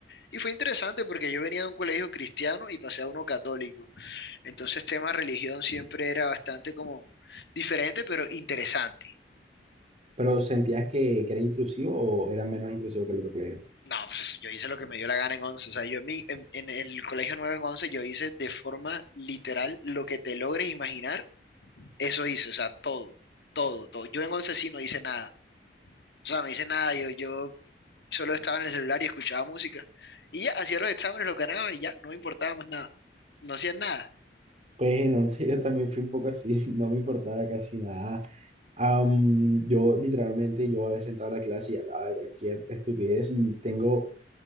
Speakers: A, on the left (about 70°); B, on the right (about 40°).
A: Y fue interesante porque yo venía de un colegio cristiano y pasé a uno católico. Entonces, tema religión siempre era bastante como diferente, pero interesante.
B: pero ¿sentías que, que era intrusivo o era menos intrusivo que el otro colegio?
A: No, pues yo hice lo que me dio la gana en once O sea, yo en, mi- en, en el colegio 9 en 11 yo hice de forma literal lo que te logres imaginar, eso hice. O sea, todo, todo, todo. Yo en 11 sí no hice nada. O sea, no hice nada. Yo, yo solo estaba en el celular y escuchaba música. Y ya, hacía los exámenes, los ganaba y ya, no me importaba más nada. No hacía nada
B: Pues en 11 yo también fui un poco así, <laughs> no me importaba casi nada. Am, yo literalmente, yo a veces entraba a la clase y hablaba de cualquier estupidez y tengo